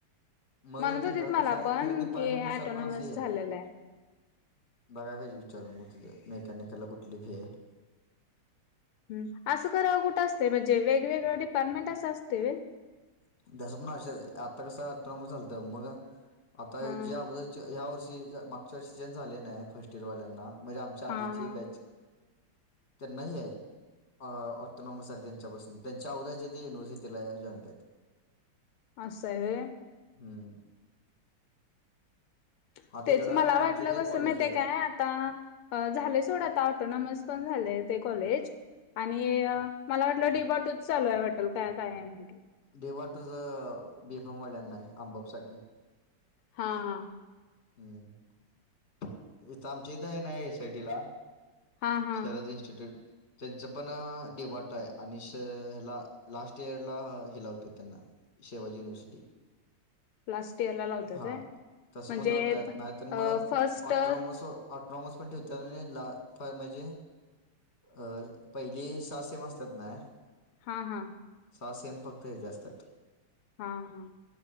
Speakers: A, on the left; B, on the left.
A: मग
B: म्हणत
A: त्यांच्या
B: होतीत मला
A: कसं आहे
B: पण
A: खर डिपार्टमेंट
B: की
A: नुसार
B: ऑटोनॉमस
A: पण असं हे आहेत
B: झालेलं आहे.
A: बघाय पाहिजे विचारून मेकॅनिकाला कुठली फी हे
B: ह असं करावं कुठं असत म्हणजे वेगवेगळ डिपार्टमेंट असं असतय व्हय
A: तसं असू शकत आता कसं आहे अत्रॉनॉमी झालतं मग आता
B: हा
A: जे अगोदरचे या् वर्षी ज मागच्या वर्षीजन झाले नाही आहे फर्स्ट इयरवाल्यांना म्हणजे आमच्या
B: हा
A: आधीचे
B: हा
A: बॅच तर नाही आहे अऑटोनॉमस आहे त्यांच्या पासून त्यांच्या अगोदरचे ते युिव्हर्सिटीला जॉईंनट आहेत
B: असं आहे व्हय
A: हम्म
B: <unintelligible>
A: आता
B: तेच
A: इकडं
B: मला वाटलं
A: आमचे ते
B: कसं
A: कॉलेज
B: माहित
A: आहे.
B: काय आता झाले सोडं आता ऑटोनॉमस पण झाले कॉलेज आणि मला वाटल डीबॉट चालू आहे वाटल काय काय म्हण
A: देवा तुझ बीफामवाल्यांना अंबोक्स साठी
B: हा हा
A: हम्म इथं आमचे इथ आहे ना एसायटीला
B: हा हा
A: शारद इंस्टिट्यूट त्यांच पण हा डी बॉट आहेआणि ह्याला लास्ट इयर ला हेि लावतोय त्यांना शिवाजी युनिव्हर्सिटी
B: लास्ट इयरला लावत्यात
A: हा
B: व्हय
A: तस
B: म्हणजे
A: म्हण ला नाहीतर
B: अ
A: मग
B: फर्स्ट
A: ऑट्रोनॉमोसो
B: हा
A: ऑट्रॉमोस मध्ये ठरले ला म्हणजे अ पहिली सहा सेम असतात ना
B: हा हा
A: सहा सेम फक्त हे हेचि असत्यात
B: हा हा